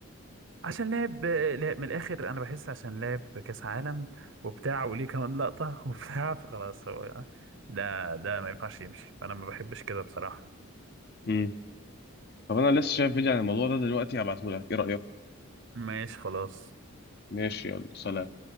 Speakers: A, on the right; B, on the left.
A: عشان لعب لعب- من الآخر أنا بحس عشان لعب كأس عالم وبتاع وليه كمان لقطة <laughs> وبتاع فخلاص هو ده ده ما ينفعش يمشي فأنا ما بحبش كده بصراحة
B: امم طب انا لسه شايف فيديو عن الموضوع ده دلوقتي هبعته لك ايه رأيك
A: ماشي خلاص
B: ماشي يلا سلام